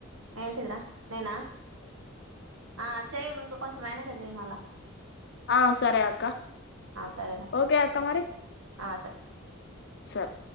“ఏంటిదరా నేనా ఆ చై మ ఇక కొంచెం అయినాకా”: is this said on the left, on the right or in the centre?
Right